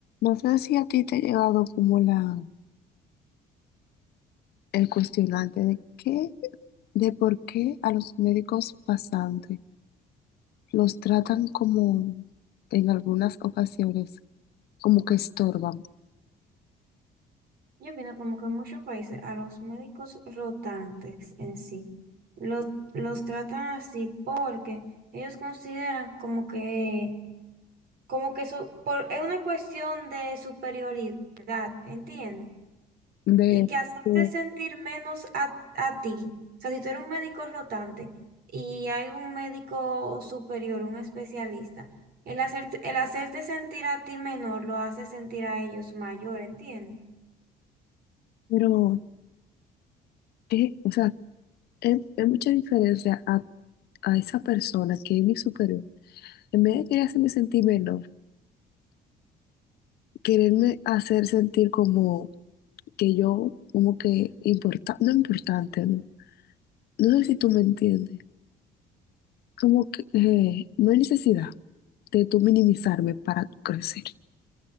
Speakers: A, on the left; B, on the right.
A: No sé si a ti te ha llegado como la, el cuestionante de qué, de por qué a los médicos pasantes los tratan como en algunas ocasiones como que estorban.
B: Yo opino como que en muchos países a los médicos rotantes en sí lo- los tratan así porque ellos consideran como que como que eso por, es una cuestión de superioridad, ¿entiendes?
A: De,
B: Y que hacerte
A: de-
B: sentir menos a, a ti. O sea, si tú eres un médico rotante y hay un médico superior, un especialista, el hacerte, el hacerte sentir a ti menor lo hace sentir a ellos mayor, ¿entiendes?
A: pero, ¿qué? O sea, es, es mucha diferencia a, a esa persona que es mi superior. En vez de querer hacerme sentir menor, quererme hacer sentir como que yo, como que importa, no importante, ¿no? No sé si tú me entiendes. como que eh, no hay necesidad de tú minimizarme para tú crecer.